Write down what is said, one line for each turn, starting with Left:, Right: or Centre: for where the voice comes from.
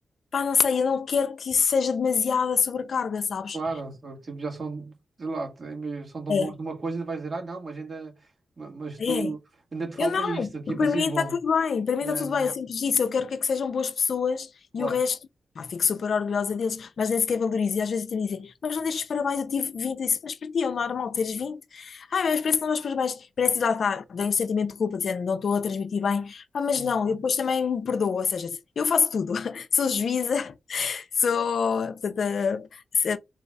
Left: Pá, não sei, eu não quero que isso seja demasiada sobrecarga, sabes?
Right: Claro, só- tipo, já são, sei lá, tem meio- são tão
Left: É,
Right: bons numa coisa e vais dizer, ah, não, mas ainda, ma- mas tu,
Left: é.
Right: ainda te falta
Left: Eu não,
Right: isto aqui
Left: porque
Right: para
Left: para
Right: seres
Left: mim
Right: bom.
Left: está tudo bem, para mim
Right: Yeah,
Left: está tudo bem,
Right: yeah,
Left: eu sempre disse, eu quero que é que sejam boas pessoas
Right: claro.
Left: e o resto, pá, fico super orgulhosa deles, mas nem sequer valorizo, e às vezes até me dizem, mas não deixes parabéns, eu tive vinte eu disse, mas para ti é o normal teres vinte ah, mas parece que não dás parabéns, parece que lá está, vem um sentimento de culpa, dizendo, não estou a transmitir bem, ah,
Right: Sim,
Left: mas não,
Right: sim.
Left: eu depois também me perdoo, ou seja, eu faço tudo, <laughs> sou juíza, sou, portanto, eh, se-